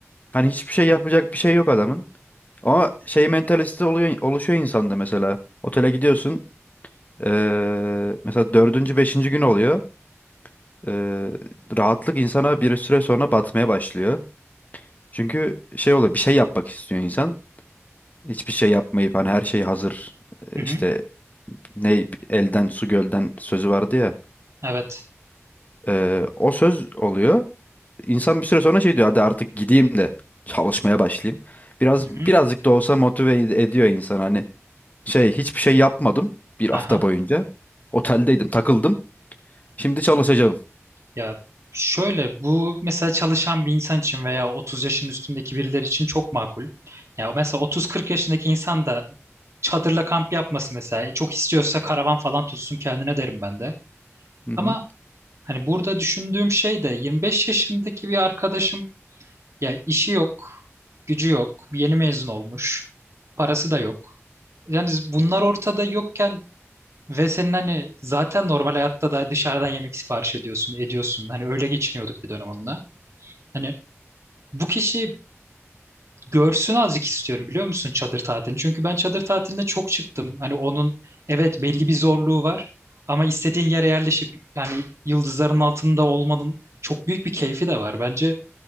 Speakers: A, on the left (about 35°); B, on the right (about 70°).
A: hani hiçbir şey yapacak bir şey yok adamın. Ama şey mentalitesi oluyor, oluşuyor insanda mesela. Otele gidiyorsun eee, mesela dördüncü beşinci gün oluyor. Eee, rahatlık insana bir süre sonra batmaya başlıyor. Çünkü şey oluyor bir şey yapmak istiyor insan. Hiçbir şey yapmayıp hani her şey hazır e,
B: Hı hı.
A: işte ne elden su gölden sözü vardı ya.
B: Evet.
A: Ee, o söz oluyor. İnsan bir süre sonra şey diyor hadi artık gideyim de çalışmaya başlayayım. Biraz
B: Hı hı.
A: birazcık da olsa motive ed- ediyor insan hani. Şey hiçbir şey yapmadım bir hafta
B: Aha.
A: boyunca. Oteldeydim, takıldım. Şimdi çalışacağım.
B: Ya şöyle bu mesela çalışan bir insan için veya 30 yaşın üstündeki birileri için çok makul. Ya mesela 30-40 yaşındaki insan da çadırla kamp yapması mesela. e, Çok istiyorsa karavan falan tutsun kendine derim ben de.
A: Hı
B: Ama
A: hı.
B: hani burada düşündüğüm şey de 25 yaşındaki bir arkadaşım Ya işi yok, gücü yok, yeni mezun olmuş, parası da yok. Yani bunlar ortada yokken ve senin hani zaten normal hayatta da dışarıdan yemek sipariş ediyorsun, ediyorsun. Hani öyle geçiniyorduk bir dönem onunla. Hani bu kişi görsün azıcık istiyorum biliyor musun çadır tatilini? Çünkü ben çadır tatiline çok çıktım. Hani onun evet belli bir zorluğu var ama istediğin yere yerleşip yani yıldızların altında olmanın çok büyük bir keyfi de var. Bence